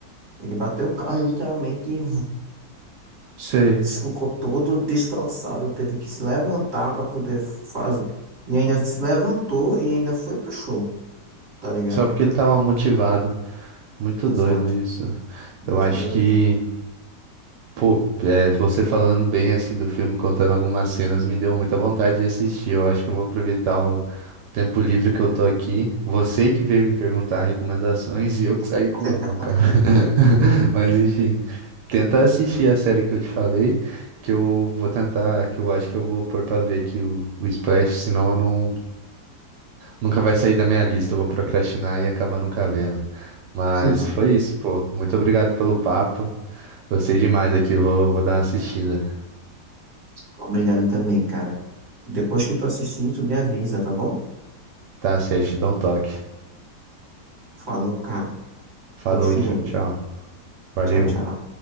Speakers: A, on the right; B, on the right.
A: ele bateu o carro e literalmente
B: Sei.
A: Ficou todo destroçado, teve que se levantar para poder fazer. E ainda se levantou e ainda foi pro show, tá ligado?
B: Só porque ele tava motivado. Muito
A: Exato.
B: doido isso.
A: Muito
B: Eu acho
A: doido,
B: que Pô, é, você falando bem assim do filme, contando algumas cenas, me deu muita vontade de assistir. Eu acho que eu vou aproveitar o tempo livre que eu tô aqui. Você que veio me perguntar recomendações <laughs> e eu que saí com
A: cara.
B: uma, cara. <laughs> Mas enfim, tenta assistir a série que eu te falei, que eu vou tentar, que eu acho que eu vou pôr pra ver aqui o, o Splash, senão eu não, nunca vai sair da minha lista. Eu vou procrastinar e acabar nunca vendo. Mas
A: <laughs>
B: foi isso, pô. Muito obrigado pelo papo. Gostei demais aqui, vou, vou dar uma assistida.
A: Obrigado também, cara. Depois que tu assistir, tu me avisa, tá bom?
B: Tá certo, te dou um toque.
A: Falou, cara.
B: Falou,
A: Bom filme.
B: tchau, tchau. Valeu.
A: Tchau, tchau.